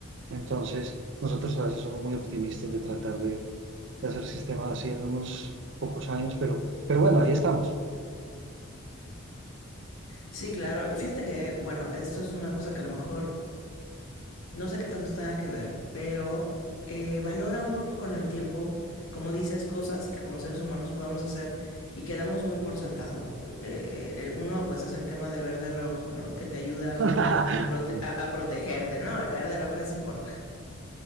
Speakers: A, on the right; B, on the left.
A: Entonces, nosotros a veces somos muy optimistas de tratar de, de hacer sistemas así en unos pocos años, pero, pero bueno, ahí estamos.
B: Sí, claro. Y fíjate que, bueno, esto es una cosa que a lo mejor No sé qué tanto tenga que ver, pero eh, valora uno con el tiempo, como dices, cosas que como seres humanos podemos hacer y quedamos muy por sentado. Eh, eh, el- uno, pues, es el tema de ver de reojo, ¿no? Que te ayuda
A: <laughs>
B: a, prote- a- a protegerte, ¿no? El ver de reojo es importante.